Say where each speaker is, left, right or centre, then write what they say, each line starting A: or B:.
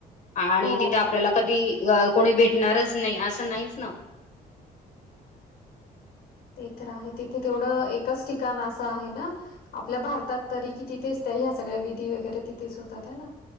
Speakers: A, on the left; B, on the left.
A: आणि
B: हो,
A: तिथं आपल्यांला कधीं अं कोणी भेटणांरच नाहीं असं नाहींच नां
B: ते तरं आहे तिथे तेवढं एकचं ठिकांण असं आहे नां आपल्या भारतांत तरी की तिथेच त्यां ह्यां सगळ्यां विधी वगैरे तिथेच होतांत आहे नां